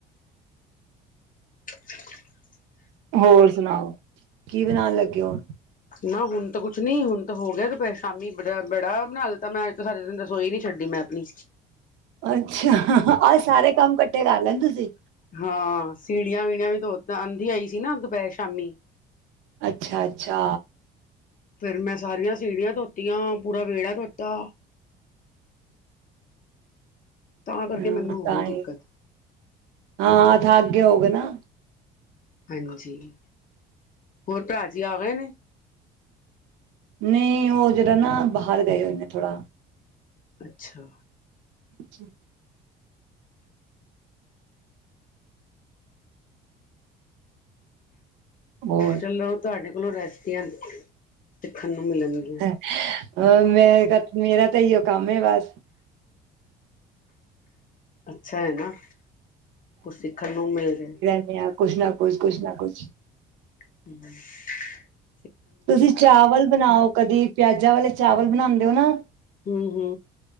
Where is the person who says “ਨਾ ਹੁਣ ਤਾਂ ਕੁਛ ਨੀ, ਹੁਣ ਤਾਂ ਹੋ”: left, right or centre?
Left